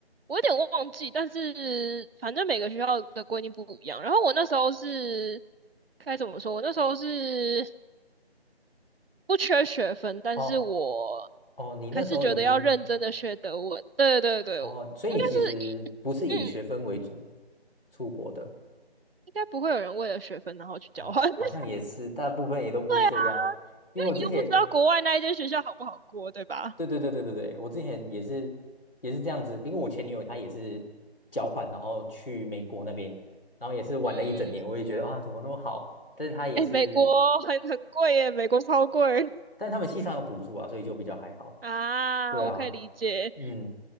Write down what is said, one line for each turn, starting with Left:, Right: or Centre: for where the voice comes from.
Right: 我有点忘记，但是反正每个学校的规定不一样。然后我那时候是该怎么说？我那时候是不缺学分，但是我
Left: 哦哦，你那时候已经
Right: 还是觉得要认真的学德文。对对对，
Left: 哦，
Right: 我应该是
Left: 所以你其实不是以学分为主
Right: 嗯，
Left: 出国的。
Right: 应该不会有人为了学分然后去交换。
Left: 啊、好像也是，
Right: <laughs> 对
Left: 大部分也都不是这样。
Right: 啊，
Left: 因为我之前
Right: 因为你又不知道国外那一间学校好不好过，对吧？
Left: 对对对对对对，我之前也是也是这样子，因为我前女友她也是交换，然后去美国那边，然后也是玩了一整年，
Right: 嗯，
Left: 我也觉得啊怎么那么好，但是她也是，
Right: 哎，美国很很贵耶，美国超贵 <laughs>
Left: 但是他们系上有补助啊，所以就比较还好。
Right: 啊，
Left: 对啊，
Right: 我可以理解。
Left: 嗯，